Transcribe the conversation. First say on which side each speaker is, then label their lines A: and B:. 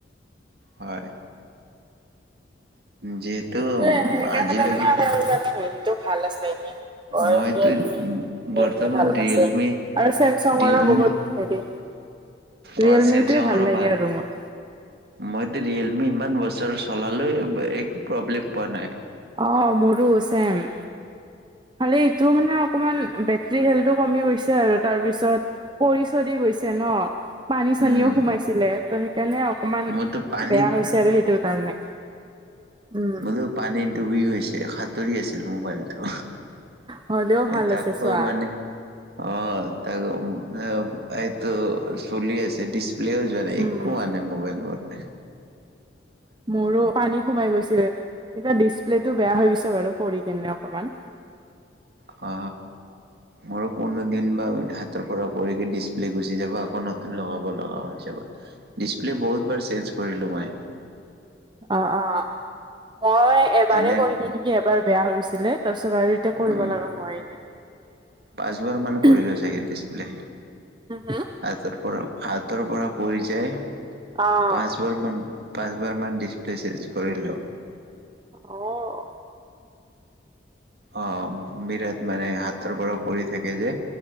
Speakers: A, on the right; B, on the right.
A: হয়। <unintelligible>
B: সেইটোৱে সেনেকে
A: আজিলৈকে
B: হলে মানে আৰু হেৰিটো ভাল আছে <inaudible> অ'
A: মইতো
B: এইখিনি আপুনি <unintelligible>
A: বৰ্তমান
B: ভাল
A: ৰিয়েলমি
B: পাইছে। আৰু চেমচঙৰো
A: ৰিয়েলমি
B: বহুত হেৰি, ৰিয়েলমিটোৱে
A: অ চেমচাঙৰো
B: ভাল লাগে আৰু মোৰ।
A: মইতো ৰিয়েলমি ইমান বছৰ চলালো একো প্ৰব্লেম পোৱা নাই।
B: অঁ মোৰো চেম। খালি এইটো মানে অকমান বেটৰী হেলটো কমি গৈছে আৰু তাৰপিছত পৰিচয় দি গৈছে ন পানী চানীও
A: উম
B: সোমাইছিলে ত' সেইকাৰণে অকমাণ
A: মোৰতো পানীত
B: বেয়া হৈছে আৰু সেইটোৰ কাৰণে। উম,
A: মইত পানীত ডুবি গৈছে সাঁতুৰি আছিল মোবাইল <unintelligible>
B: হ'লেও ভাল
A: এতিয়া
B: আছে
A: আকৌ
B: চোৱা।
A: মানে। অ' তাকে ওম এ এইটো চলি আছে দিচ প্লেয়াৰ যোৱা নাই
B: উম।
A: একো হোৱা নাই মোবাইল নাম্বাৰকেটা।
B: মোৰো পানী সোমাই গৈছিলে, তেতিয়া ডিচপ্লে টো বেয়া হৈ গৈছিলে বাৰু পৰি কেনে অকমাণ।
A: অ, মোৰো কোনো দিন বা হাতৰ পৰা পৰিকে ডিচপ্লে গুচি যাব আকৌ নতুন লগাব লগা হৈ হৈয়। ডিছপ্লে বহুত বাৰ চেইঞ্জ কৰিলো মই।
B: অ, অ, মই এবাৰ
A: এনে
B: কৰিলো নেকি এবাৰ বেয়া হৈছিলে তাৰপিছত আৰু এতিয়া কৰিব
A: উম,
B: লগা হোৱাই নায়।
A: পাঁচবাৰ মান কৰিলোঁ চাগে ডিচপ্লে।
B: হো হো
A: হাতৰ পৰা হাতৰ পৰা পৰি যায়
B: অ',
A: পাঁচ তোৰ মান পাঁচবাৰ মান ডিছপ্লে চেঞ্জ কৰিলো।
B: অঁ
A: অ' বিৰাট মানে হাতৰ পৰা পৰি থাকে যে,